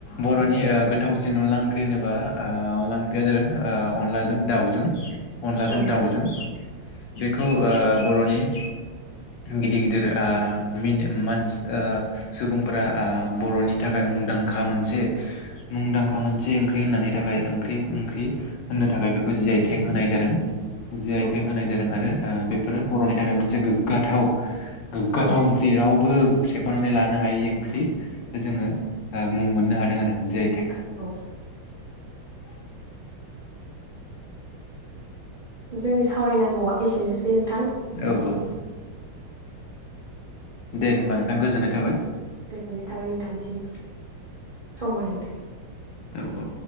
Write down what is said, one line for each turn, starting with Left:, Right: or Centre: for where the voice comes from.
Left: बर'नि ओ गोथावसिन अनला ओंख्रि होनोबा ओ अनला ओंख्रिया जादों ओ अनलाजों दाउजों अनलाजों
Right: औ
Left: दाउजों बेखौ ओ बर'नि <inaudible> गिदिर गिदिर आ मिन मानस आ सुबुंफोरा आ बर'नि थाखाय मुंदांखा मोनसे मुंदांखा मोनसे ओंख्रि होननानै थाखाय ओंख्रि ओंख्रि होननो थाखाय बेखौ जि आइ तेक होनाय जादों। जि आइ
Right: औ
Left: तेग होनाय जादों आरो ओ बेफोरो बर'नि थाखाय मोनसे गोगाथाव गोगाथाव
Right: औ
Left: ओंख्रि राव बो सेख'नानै लानो हायै ओंख्रि जोंङो मुं मोननो हादों आरो जि आइ तेग
Right: औ
Left: <inaudible>
Right: जोंनि सावरायनांगौआ एसेनोसै नोंथां
Left: औ औ दे होमबा नोंथां गोजोननाय थाबाय ।
Right: गोजोननाय थाबाय नोंथांसिम सम होनायनि थाख
Left: औ-औ